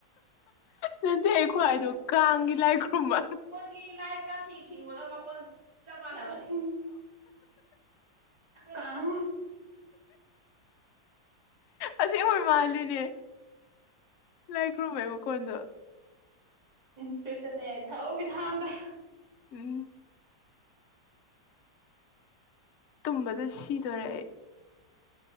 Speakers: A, on the left; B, on the right.
A: ꯅꯠꯇꯦ ꯑꯩꯈꯣꯏ ꯍꯥꯏꯗꯣ ꯀꯥꯡꯒꯤ ꯂꯥꯏ ꯈꯨ꯭ꯔꯨꯝꯃ
B: ꯀꯤ ꯂꯥꯏ ꯀꯥꯡꯁꯤ ꯈꯤꯡꯕꯒ ꯃꯈꯣꯟ ꯆꯞ ꯃꯥꯟꯅꯕꯅꯤ ꯀꯥꯎ
A: ꯑꯁꯦꯡꯈꯣꯏ ꯃꯥꯜꯂꯤꯅꯦ ꯂꯥꯏ ꯈꯨꯔꯨꯝꯕꯩ ꯃꯈꯣꯟꯗꯣ
B: ꯏꯟꯁꯄꯦꯛꯇꯔ ꯇꯌꯥꯏ ꯊꯍꯩꯒꯤ ꯊꯥꯃꯦ
A: ꯎꯝ ꯇꯨꯝꯕꯗ ꯁꯤꯗꯣꯔꯦ ꯑꯩ